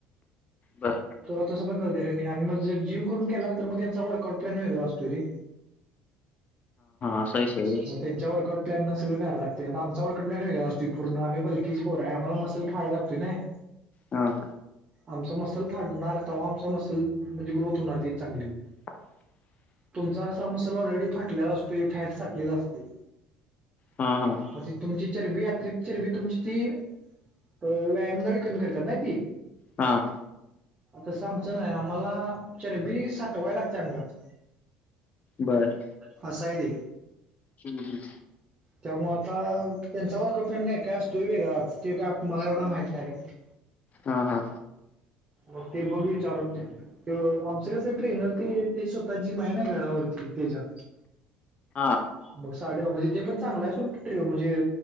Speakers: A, on the left; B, on the right.
A: बर
B: त तस. र आणि मग जर जिम करून केला तर मग त्यांचा वर्क आउट प्लॅन वेगळा असतोय रे. हा
A: असा विषय
B: हा असय
A: आहे.
B: व्ह्यय. त्यांच्या वर्कआउट प्लॅन न सगळं कराय लागते आता आमचा वर्काउटप्लॅन वेगळाअसतोय पूर्ण आता आम्ही बल्की पोर हाय आम्हाला मसल फाडाय लागतय नाही.
A: हा.
B: आमचा मसल फाडणार तेव्हा आमचा मसल म्हणजे ग्रोथ होणार चांगली.
A: <unintelligible>
B: तुमचासाा मसल ऑलरेडी फाटलेला असतो फॅट फाटलेला असतय.
A: हा हा.
B: मग तुमची चरबी यात्री चरबी तुमची ती व्यायामद्वारे कमी करतात नाही ती.
A: हां.
B: तसं आमचं नाही आम्हाला चरबी साठवाय लागत्या अंगात
A: बर.
B: ह असाय ते
A: हम्म हम.
B: त्यामुळे आता त्यांचा वर्कआउट काय काय असतोय वेगळा त काय मला एवढा माहित नाही आहे रे.
A: हा हा.
B: मग ते बघ विचारून तो आमच कसं ट्रेनर ते ते स्वतः जीम हाय ना घरावरती त्याच्यात
A: हा
B: मग साड म्हणजे ते पण चांगलं आहे सू म्हणजे